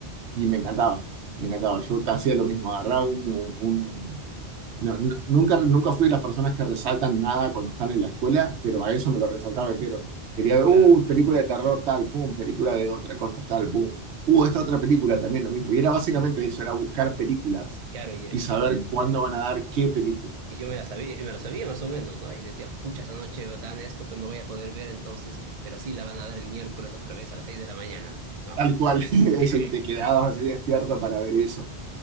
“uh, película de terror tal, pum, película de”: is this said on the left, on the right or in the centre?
Right